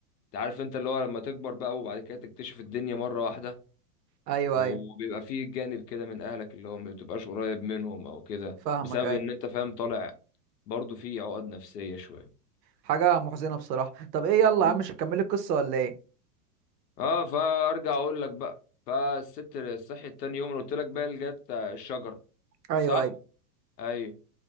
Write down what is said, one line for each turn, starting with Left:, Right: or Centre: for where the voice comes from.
Left: أنت عارف أنت اللي هو لما تكبر بقى وبعد كده تكتشف الدنيا مرة واحدة
Right: ايوه
Left: وبيبقى
Right: ايوه
Left: فيه جانب كده من اهلك اللي هو ما بتبقاش قريب منهم او كده
Right: فاهمك
Left: بسبب
Right: ايوه
Left: ان انت فاهم طالع برضو فيه عقد نفسية شوية
Right: حاجة محزنة بصراحة طب ايه يلا
Left: مم.
Right: يا عم مش هتكملي القصة ولا ايه
Left: اه فارجع اقول لك بقى فالست صحيت تاني يوم أنا قلت لك بقى اللي جت الشجرة
Right: ايوه
Left: صح
Right: ايوه
Left: ايوه